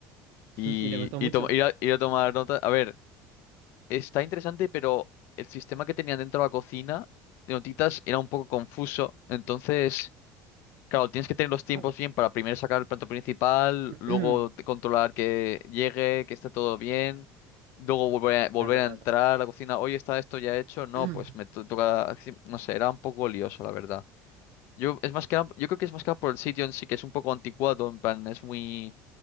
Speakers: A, on the left (about 50°); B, on the right (about 55°).
A: y,
B: Mm. ¿Y te costó
A: y
B: mucho?
A: to- ir a, ir a tomar notas. A ver, está interesante, pero el sistema que tenían dentro de la cocina de notitas era un poco confuso, entonces Claro, tienes que tener los tiempos
B: Claro.
A: bien para primero sacar el plato principal,
B: <clears throat>
A: luego te- controlar que llegue, que esté todo bien, luego volver a, volver
B: Claro,
A: a
B: claro.
A: entrar a la cocina, oye, ¿está esto ya hecho? No,
B: <clears throat>
A: pues me to- toca, haci- no sé, era un poco lioso, la verdad. Yo, es más que, nada- yo creo que es más que nada por el sitio en sí, que es un poco anticuado, en plan, es muy